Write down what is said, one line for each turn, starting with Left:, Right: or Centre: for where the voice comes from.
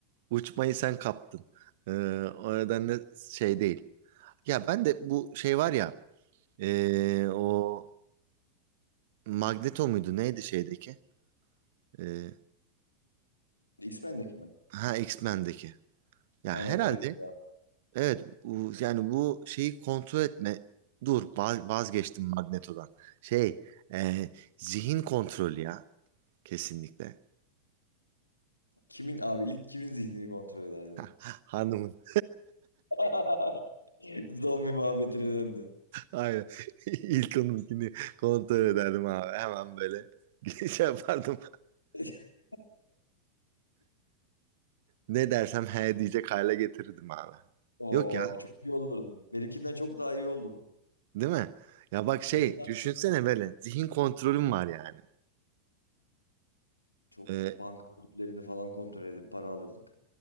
Right: uçmayı sen kaptın. Ee, o nedenle şey değil. Ya ben de bu şey var ya Ee, o Magneto muydu? Neydi şeydeki? Ee,
Left: X-Men'deki mi?
Right: ha X-Men'deki. Ya
Left: Aynen
Right: herhalde
Left: öyle bir şey. abi.
Right: evet bu- yani bu şeyi kontrol etme. Dur va- vazgeçtim Magneto'dan. Şey e, zihin kontrolü ya kesinlikle.
Left: Kimin abi ilk kimin zihnini kontrol ederdin?
Right: <laughs> Hanımın.
Left: <laughs> Zombi muhabbetine döndü.
Right: <laughs> Aynen. <laughs> İlk onunkini kontrol ederdim abi. Hemen böyle <laughs> şey yapardım.
Left: <laughs>
Right: Ne dersem he diyecek hale getirirdim abi.
Left: Oo
Right: Yok ya
Left: abi çok iyi olurdu. Benimkinden çok daha iyi oldu bu.
Right: Değil mi? Ya bak şey
Left: Benim de
Right: düşünsene böyle zihin kontrolüm var yani.
Left: çok
Right: Ee,
Left: iyi. Banka ödüllerini falan kontrol edip para alırdık.